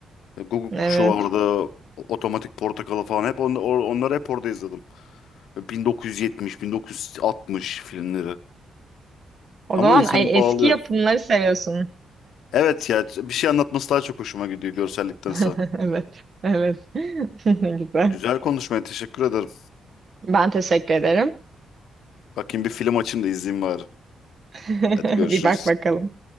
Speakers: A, on the left; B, on the right.
A: Google
B: Evet.
A: kuşu vardı. Otomatik Portakalı falan hep on, or- onları hep orada izledim. 1970, 1960 filmleri.
B: O
A: Ama
B: zaman
A: insanı
B: ay,
A: bağlıyor.
B: eski yapımları seviyorsun.
A: Evet ya bir şey anlatması daha çok hoşuma gidiyor görselliktense.
B: <laughs> Evet. Evet. <laughs> Ne güzel.
A: Güzel konuşmaya teşekkür ederim.
B: Ben teşekkür ederim.
A: Bakayım bir film açayım da izleyeyim bari.
B: <laughs>
A: Hadi görüşürüz.
B: Bir bak bakalım.